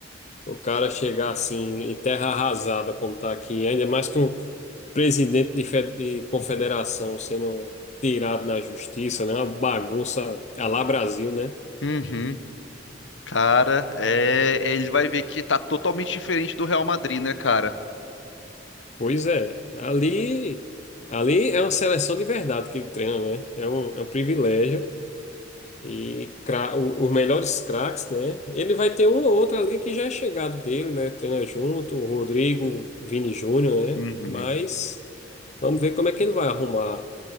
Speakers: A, on the left (about 40°); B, on the left (about 75°).
A: o cara chegar assim em terra arrasada, como tá aqui, ainda mais com o presidente de, fe- de confederação sendo tirado na justiça, né? Uma bagunça à lá Brasil, né?
B: Uhum. Cara, é, ele vai ver que tá totalmente diferente do Real Madrid, né, cara?
A: Pois é, ali, ali é uma seleção de verdade que ele treina, né? É um, é um privilégio. E cra- o- os melhores craques, né? Ele vai ter um ou outro ali que já é chegado dele, né? Treina junto, o Rodrigo, Vini Júnior, né?
B: Uhum.
A: Mas vamos ver como é que ele vai arrumar